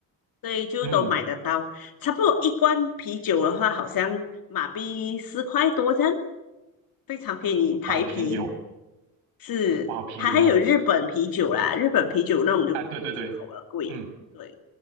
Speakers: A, on the left (about 65°); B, on the right (about 90°).
A: 所以就都买得到。
B: 嗯，
A: 差不多一罐啤酒的话，好像马币四块多这样，非常便宜。台啤
B: 哇，好便宜哦，
A: 是，
B: 哇，好便宜哦，
A: 还还有日本啤酒啦，日本啤酒那种就进口的贵，
B: 啊，对对对，嗯
A: 对。